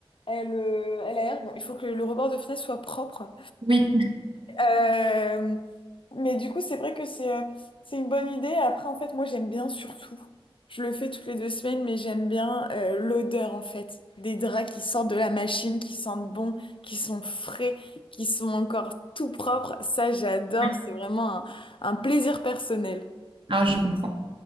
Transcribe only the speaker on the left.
elle, euh, elle aère. Bon, il faut que le rebord de fenêtre soit propre.
Euh, mais du coup, c'est vrai que c'est euh, c'est une bonne idée. Après, en fait, moi, j'aime bien surtout. Je le fais toutes les deux semaines, mais j'aime bien euh, l'odeur, en fait, des draps qui sortent de la machine, qui sentent bon, qui sont frais, qui sont encore tout propres. Ça, j'adore.
C'est vraiment un, un plaisir personnel.